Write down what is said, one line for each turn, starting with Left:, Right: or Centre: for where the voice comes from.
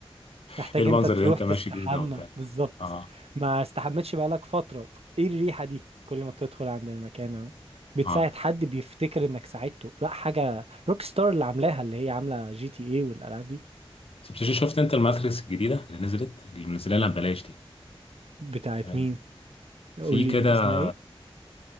Left: <laughs>
Right: تحتاج
Left: ايه المنظر
Right: انت تروح
Left: اللي انت
Right: تستحمى
Left: ماشي بيه ده وبتاع
Right: بالظبط
Left: اه
Right: ما استحمتش بقالك فترة ايه الريحة دي كل ما تدخل عند المكان اهو بتساعد
Left: اه
Right: حد بيفتكر انك ساعدته لا حاجة روك ستار اللي عاملاها اللي هي عاملة جي تي ايه والالعاب دي
Left: طب شفت شفت انت الماتريكس الجديدة اللي نزلت اللي منزلها ببلاش دي
Right: بتاعت
Left: تمام
Right: مين قول
Left: في كده
Right: لي اسمها ايه